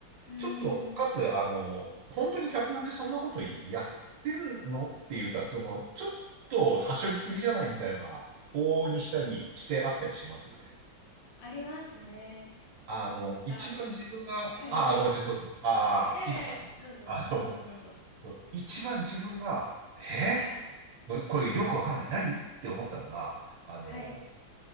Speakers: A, on the left (about 65°); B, on the right (about 70°).
A: うー
B: ちょっと、かつ、
A: ん。
B: あの、本当に脚本でそんなことやってんのっていうか、その、ちょっと、はしょりすぎじゃないみたいなのが、往々にしたりしてあったりしますよね。
A: ありますね。
B: あの、
A: なんか、
B: 一番自分が、
A: はいはい。
B: ああ、ごめんなさい、どうぞ。ああ、
A: ええ、
B: いいですか、すいません。
A: どうぞ、
B: あの、
A: どうぞどうぞ。
B: 一番自分が、え
A: はい、
B: これよくわかんない。何って思ったのが、あの、
A: はい。